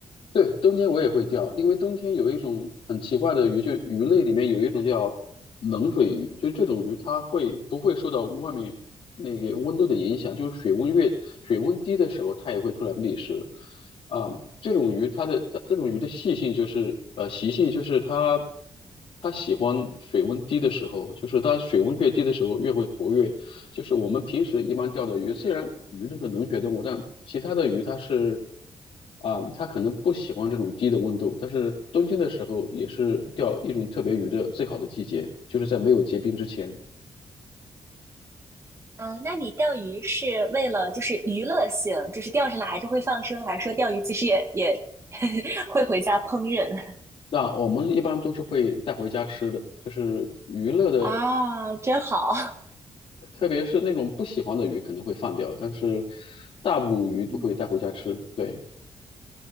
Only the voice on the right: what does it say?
嗯，那你钓鱼是为了就是娱乐性，就是钓上来还是会放生，还是说钓鱼其实也也 <laughs> 会回家烹饪？
啊，真好。
<laughs>